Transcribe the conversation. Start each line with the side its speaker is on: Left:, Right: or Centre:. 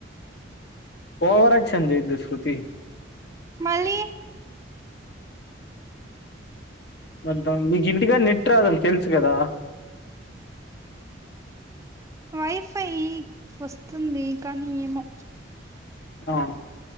Left: పోఓహరా క్ష చేయిద్ద శృతి
Right: మళ్ళ
Left: మద్ద మీకు ఇంటికాని నెట్ రాదని తెలుసు కదా
Right: వైఫై వస్తు వస్తుంది కానీ ఏమో
Left: ఆ